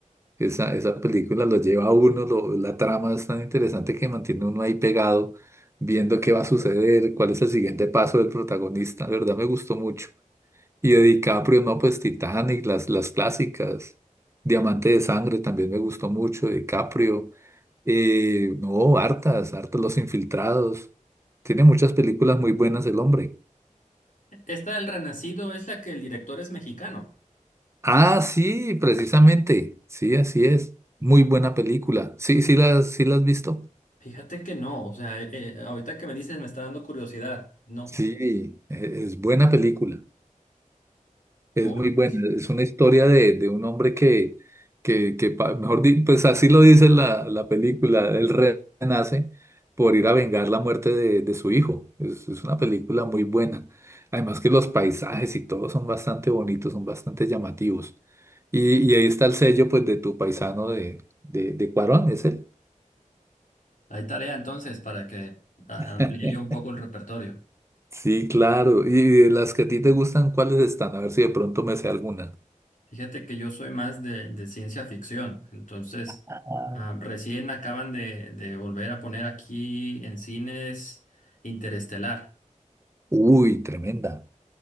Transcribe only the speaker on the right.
Esa, esa película lo lleva a uno, lo- la trama es tan interesante que mantiene uno ahí pegado, viendo qué va a suceder, cuál es el siguiente paso del protagonista. La verdad me gustó mucho. Y de DiCaprio, no, pues Titanic, las, las clásicas. Diamante de Sangre también me gustó mucho, de DiCaprio. Eh, no, hartas, hartas Los Infiltrados. Tiene muchas películas muy buenas el hombre.
Ah, sí, precisamente. Sí, así es. Muy buena película. Sí, sí las, sí las has visto.
Sí, e- es buena película. Es
muy buena,
es una historia de, de un hombre que, que, que pa- mejor di- pues así lo dice la, la película, él renace por ir a vengar la muerte de, de su hijo. Es, es una película muy buena. Además que los paisajes y todo son bastante bonitos, son bastante llamativos. Y, y ahí está el sello pues de tu paisano de, de, de Cuarón, ¿es él?
<laughs>
Sí, claro. Y de las que a ti te gustan, ¿cuáles están? A ver si de pronto me sé alguna.
Ah.
Uy, tremenda.